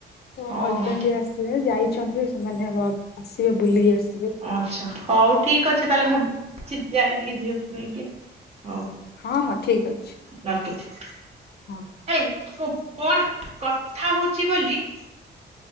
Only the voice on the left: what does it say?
ମୋଁ
ହଜ୍ବ୍ୟାଣ୍ଡ୍ ବି ସେ ଯାଇଛନ୍ତି ସେମାନେ ୱାକା ସେ ବୁଲିକି ଆସିବେ।
ହଁ ହଁ ଠିକ୍ ଅଛି।
ହଁ।